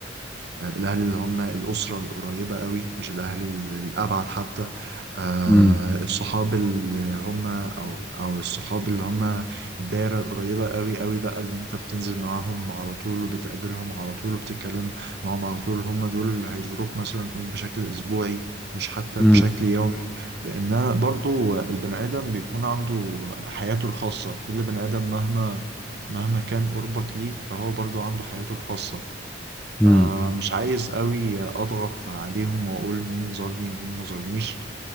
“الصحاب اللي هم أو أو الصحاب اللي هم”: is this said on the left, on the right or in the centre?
Right